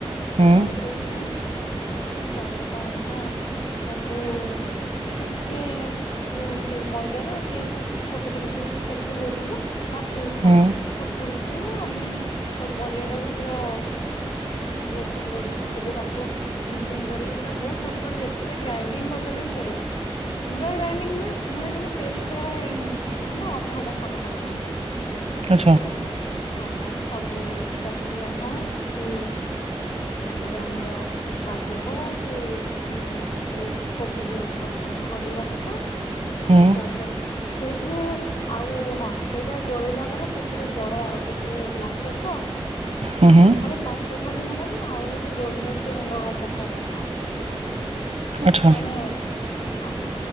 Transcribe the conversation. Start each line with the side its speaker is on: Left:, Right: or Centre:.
Right: ହୁଁ
Left: <unintelligible> ଆଖେଇ କିି। ତାପରେ କଣ ହେଲା ନା ତାକୁ ଟିକେ ଯୋଉ ସେଇ ମଇଦରେ ଟିକେ ଛୋଟ ଛୋଟ ପିସ୍ କରିକି ବେଲିଲୁ। ତା ହଁ
Right: ହୁଁ ହୁଁ
Left: ତା ପୂର୍ବରୁ ଆମେ ସବୁ ପରିବାର ସେଟାକୁ ପୁରା ଗ୍ରେଟିଂ ରଖିଥିଲୁ ତାକୁ ଚୁନ ଚୁନ କରିକି ପୁରା ବହୁତ ଛୋଟ ଛୋଟ ଯେତେ ଗ୍ରାଇଣ୍ଡିଙ୍ଗ କରିଦେଲେ ବି ଚଳିବ। ପୁରା ଗ୍ରାଇଙ୍ଗ ନୁହଁ ପୁରା ଯେମିତି ପେଷ୍ଟ ଭଳିଆ ଗାଇ ନହଁ ମାନେ ଅଧା ଅଧା ଖଣ୍ଡ ଖଣ୍ଡ ଭଳିଆ।
Right: ଆଛା।
Left: ହଁ ତାକୁ ସବୁ କ୍ୟାପ୍ସିକମ୍ ହଉ କି ଯେଉଁ ଆମର ଗାଜର ହଉ କି ହୁଁ ଇ କୋବି ବି ହଉ ସବୁଯାକ କରିକି ରଖିବ। ବାସ୍
Right: ହୁଁ
Left: ତାପରେ ସେଇଥିରେ ଆଉ ହଁ ସେ ଟା ଗୋଳେଇଲା ପରେ ସେଥିରେ ପଡେ ଆଉ ଟିକେ ବ୍ଲାକ୍ ପେପର <inaudible>
Right: ହୁଁ ହୁଁ
Left: ଖାଲି ବ୍ଲା ପେପର ହିଁ ପକାନ୍ତି ଆଉ ଗୋଟେ ଗୋଲମରିଚ ଗୁଣ୍ଡ କଣ ପକାନ୍ତି ନା କଣ।
Right: ଆଚ୍ଛା
Left: ମାନେ ହଁ